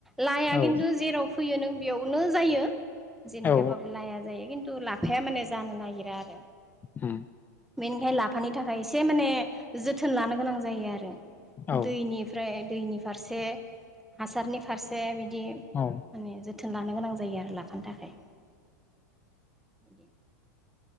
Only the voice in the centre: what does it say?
लाइआ
किन्थु जेराव फैयो नों बेयावनो जायो। जेनेखाबाबो
लाया जायो किन्थु लाफाया माने जानो नागिरा आरो।
बेनिखायनो लाफानि थाखाय एसे माने जोथोन लानो गोनां जायो आरो।
दैनिफ्राय दैनि फारसे हासारनि फारसे बिदि माने
जोथोन लानो गोनां जायो आरो लाफानो थाखाय <unintelligible>